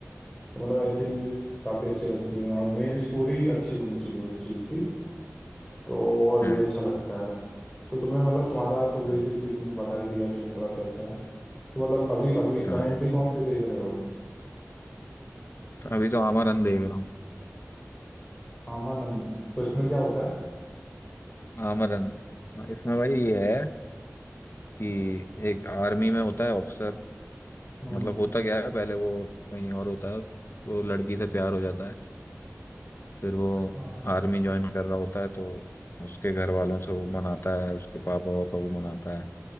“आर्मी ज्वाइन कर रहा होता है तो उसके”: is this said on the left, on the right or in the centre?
Left